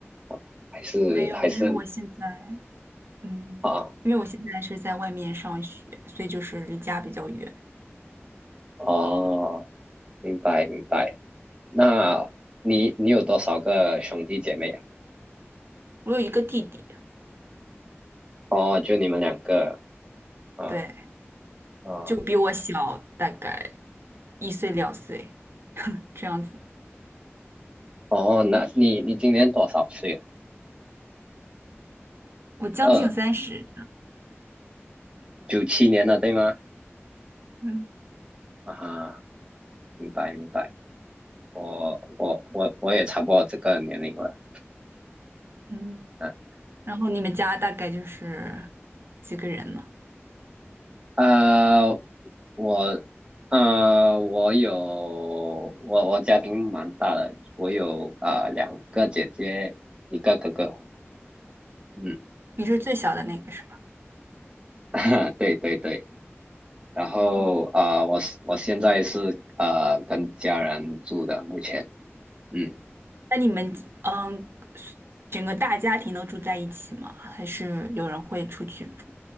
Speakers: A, on the right (about 20°); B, on the right (about 55°).
A: 啊还是还是
B: 没有，因为我现在，嗯，
A: 啊？
B: 因为我现在是在外面上学，所以就是离家比较远。
A: 哦，明白明白。那你你有多少个兄弟姐妹啊？
B: 我有一个弟弟，
A: 哦，就你们两个啊
B: 对，
A: 啊
B: 就比我小大概一岁两岁，<laughs> 这样子。
A: 哦，那你你今年多少岁啊？
B: 我将近三十，
A: 二九七年了，对吗？
B: 嗯
A: 啊，明白明白。我我我我也差不多这个年龄了，
B: 嗯。
A: 嗯，
B: 然后你们家大概就是几个人呢？
A: 呃，我呃我有我我家庭蛮大的，我有啊、呃两个姐姐，一个哥哥，嗯，
B: 你是最小的那个是吧？
A: <laughs> 对对对，然后啊、
B: 嗯。
A: 呃我是我现在是呃跟家人住的，目前，嗯，
B: 那你们嗯，整个大家庭都住在一起吗？还是有人会出去住？